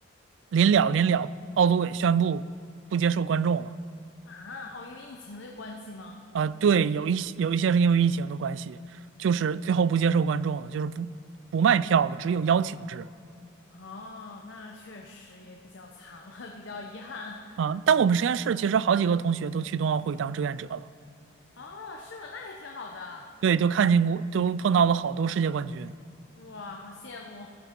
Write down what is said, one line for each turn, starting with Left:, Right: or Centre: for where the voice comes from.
Right: 临了临了，奥组委宣布不接受观众了。
Left: 啊，哦，因为疫情的关系吗？
Right: 啊、对，有一些有一些是因为疫情的关系，就是最后不接受观众了，就是不不卖票了，只有邀请制。
Left: 哦，那确实也比较惨了，比较遗憾。
Right: 啊，但我们实验室其实好几个同学都去冬奥会当志愿者了，
Left: 哦，是吗？那还挺好的。
Right: 对，就看见过，都碰到了好多世界冠军
Left: 哇，好羡慕。